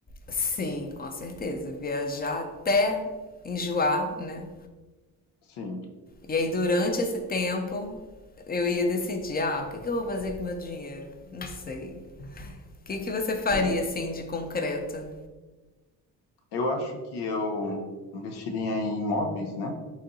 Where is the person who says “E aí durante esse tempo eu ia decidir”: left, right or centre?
Left